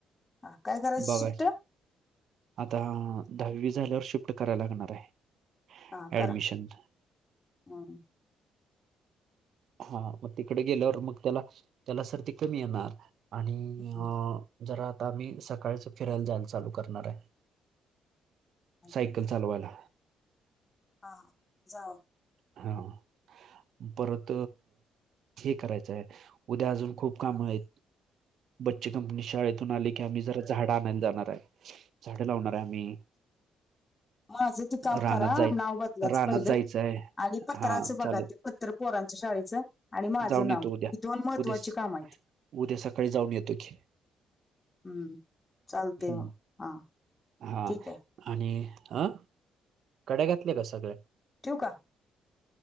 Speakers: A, on the left; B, on the right.
A: आ काय करायचं
B: बघायचं.
A: शिफ्ट
B: आता दहावी झाल्यावर शिफ्ट करायला लागणार आहे.
A: हा करा
B: ऍडमिशन
A: हम्म.
B: हा मग तिकड गेल्यावर मग त्याला त्याला सर्दी कमी येणार आणि
A: हम्म.
B: आ जरा आता आम्ही सकाळच फिरायला जायला चालू करणार आहे.
A: हा
B: सायकल चालवायला.
A: हां हां जावा
B: <unintelligible> परत हे करायचं आहे उद्या अजून खूप काम आहेत. बच्चे कंपनी शाळेतून आली की आम्ही जरा झाडं आणायला जाणार आहे. झाडे लावणार आहे आम्ही
A: माझं ते काम
B: रानात
A: करा
B: जाय
A: नाव बदलायचं
B: रानात
A: पहिलं
B: जायचं
A: आणि
B: आहे
A: आणि पत्रराचं
B: हा
A: बघा
B: चालेल
A: पत्र पोरांचं शाळेचं आणि माझं
B: जाऊन येतो
A: नाव ही
B: उद्या
A: दोन महत्त्वाची
B: उद्या स-
A: काम आहेत.
B: उद्या सकाळी जाऊन येतो की
A: हम् चालतय
B: हम्म.
A: म हा
B: हा
A: ठीक ये.
B: आणि अ कड्या घेतल्या का सगळ्या
A: ठेवू का?